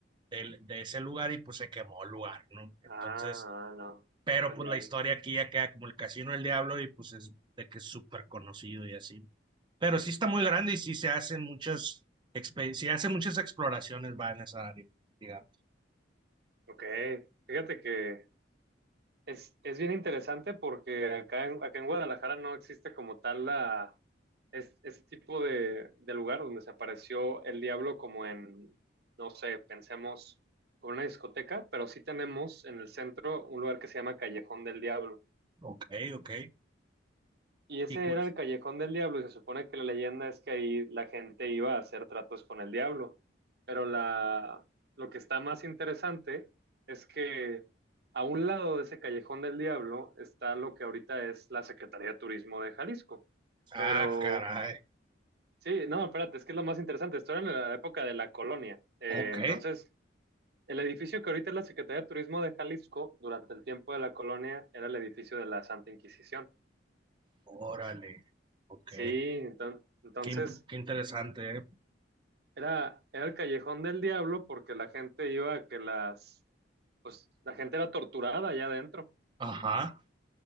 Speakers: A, on the right (about 25°); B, on the right (about 55°).
A: del- de ese lugar y pues se quemó el lugar, ¿no? Entonces...
B: ah, no,
A: Pero
B: no fue
A: pues
B: el diablo.
A: la historia aquí ya queda como el Casino del Diablo y pues es de que es súper conocido y así. Pero sí está muy
B: Claro,
A: grande y sí se hacen muchas expe- sí hacen muchas exploraciones va en esa área, digamos.
B: ok. Fíjate que Es, es bien interesante porque acá en, acá en Guadalajara no existe como tal la, es, ese tipo de, de lugar donde se apareció el diablo como en, no sé, pensemos como una discoteca, pero sí tenemos en el centro un lugar que se llama Callejón del Diablo.
A: Ok, ok.
B: Y ese
A: Y cu-
B: era el Callejón del Diablo, y se supone que la leyenda es que ahí la gente iba a hacer tratos con el diablo. Pero la, lo que está más interesante es que a un lado de ese Callejón del Diablo está lo que ahorita es la Secretaría de Turismo de Jalisco.
A: ah,
B: Pero
A: caray.
B: sí, no, espérate, es que es lo más interesante. Esto era en la época de la colonia. Eh,
A: Ok.
B: entonces, el edificio que ahorita es la Secretaría de Turismo de Jalisco, durante el tiempo de la colonia, era el edificio de la Santa Inquisición.
A: Órale. Ok.
B: Sí, enton- entonces.
A: Qué, imp- qué interesante, ¿eh?
B: era, era el callejón del diablo porque la gente iba a que las, pues la gente era torturada allá adentro.
A: Ajá.